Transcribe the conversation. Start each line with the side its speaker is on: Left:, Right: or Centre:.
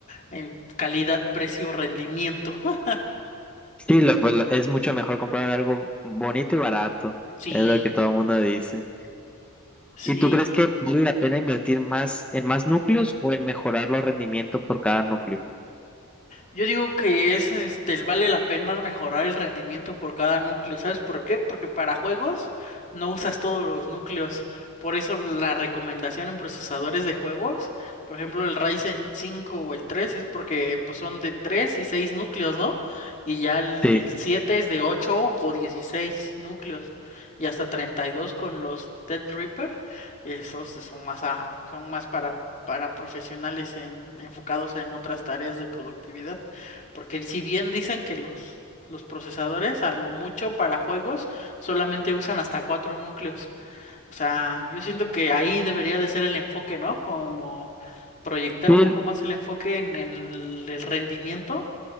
Left: en calidad, precio, rendimiento. <laughs>
Centre: Sí, lo- pues, lo- es mucho mejor comprar algo bonito y barato,
Left: Sí,
Centre: es lo que todo el mundo dice.
Left: sí.
Centre: ¿Y tú crees que vale la pena invertir más en más núcleos o en mejorar los rendimientos por cada núcleo?
Left: Yo digo que es, este, vale la pena mejorar el rendimiento por cada núcleo. ¿Sabes por qué? Porque para juegos no usas todos los núcleos. Por eso la recomendación en procesadores de juegos, por ejemplo, el Ryzen 5 o el 3, es porque pues, son de 3 y 6 núcleos, ¿no? Y ya el,
Centre: Sí,
Left: el 7 es de 8 o 16 núcleos. Y hasta 32 con los Threadripper Esos son más, a- son más para para profesionales en- enfocados en otras tareas de productividad. Porque si bien dicen que los, los procesadores, a lo mucho para juegos, solamente usan hasta cuatro núcleos. O sea, yo siento que ahí debería de ser el enfoque, ¿no? Como proyectar
Centre: sí,
Left: un poco más el enfoque en, en el el rendimiento